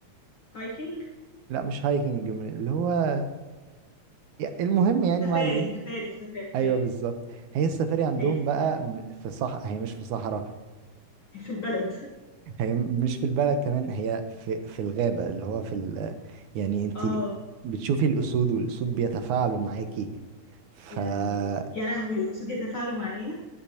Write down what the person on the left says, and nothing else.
هايكنج
سفاري
سفاري سفاري
هي سفاري
في البلد
اه
يا لهوي يا لهوي قصود يتفاعلوا معايا